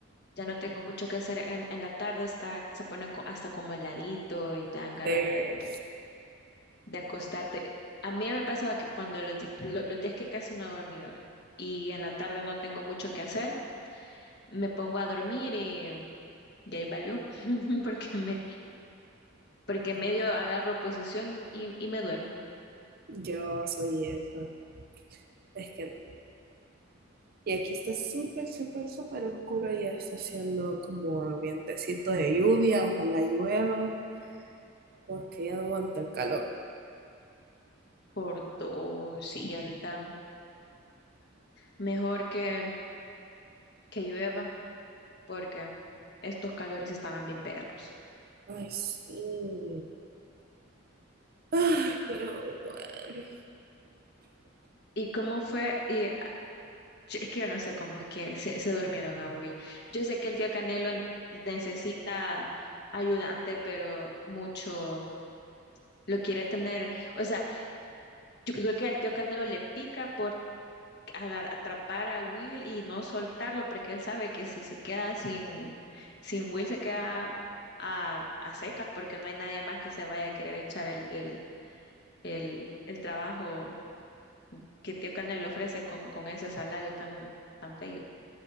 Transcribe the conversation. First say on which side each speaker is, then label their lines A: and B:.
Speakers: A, on the left; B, on the right.
A: ya no tengo mucho que hacer en, en la tarde, hasta, se pone co- hasta como heladito y te dan ganas
B: Eh,
A: de, de acostarte. A mí me pasaba que cuando los, di- lo- los días que casi no he dormido y en la tarde no tengo mucho que hacer, me pongo a dormir y, ya ahí valió, <laughs> porque me, porque medio agarro posición y, y, y me duermo
B: yo soy eso, es que no. Y aquí está súper, súper, súper oscuro y ya está haciendo como vientecito de lluvia, ojalá llueva, porque ya no aguanta el calor.
A: por dos, y ahorita mejor que, que llueva. porque estos calores estaban bien perros.
B: Ay, sí. Ay, pero bueno,
A: ¿Y cómo fue? Y ah, ch- es que yo no sé cómo es que se, se durmieron a Will. Yo sé que el tío Canelo n- necesita ayudante, pero mucho lo quiere tener. O sea, yo creo que al tío Canelo le pica por agar- atrapar a Will y no soltarlo, porque él sabe que si se queda sin, sin Will, se queda a, a secas, porque no hay nadie más que se vaya a querer echar el, el, el, el trabajo que Tío Canel ofrece con, con ese salario tan, tan feo.